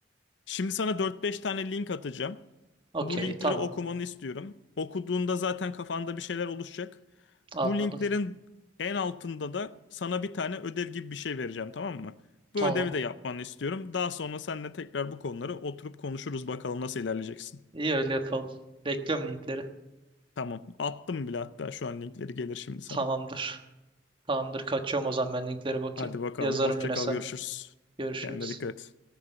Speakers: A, on the left; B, on the right.
A: şimdi sana dört beş tane link atacağım.
B: Okey,
A: Bu linkleri
B: tamam.
A: okumanı istiyorum. Okuduğunda zaten kafanda bir şeyler oluşacak.
B: Anladım.
A: Bu linklerin en altında da sana bir tane ödev gibi bir şey vereceğim, tamam mı?
B: Tamam.
A: Bu ödevi de yapmanı istiyorum. Daha sonra seninle tekrar bu konuları oturup konuşuruz bakalım nasıl ilerleyeceksin.
B: İyi öyle yapalım. Bekliyorum linkleri.
A: Tamam. Attım bile hatta şu an linkleri gelir şimdi sana.
B: Tamamdır. Tamamdır. Kaçıyorum o zaman ben linklere bakayım.
A: Hadi bakalım.
B: Yazarım
A: Hoşça
B: yine
A: kal.
B: sana.
A: Görüşürüz.
B: Görüşürüz.
A: Kendine dikkat et.